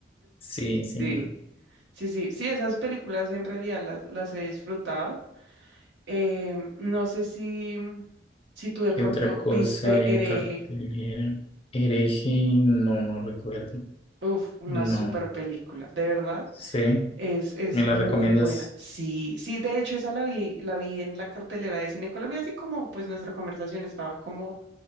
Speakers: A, on the left; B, on the right.
A: Sí, sí.
B: Sí, sí, sí, sí, esas películas en realidad las, las he disfrutado. Eh, no sé si, si tú de
A: ¿Qué
B: pronto
A: otra cosa
B: viste
A: hay
B: Hereje.
A: en cartelera? Hereje, no, no recuerdo.
B: Uf, una
A: No
B: super película, de verdad.
A: sé.
B: Es, es
A: ¿Me la
B: muy
A: recomiendas?
B: buena. Sí, sí, de hecho esa la vi, la vi en la cartelera de Cine Colombia, así como pues nuestra conversación estaba como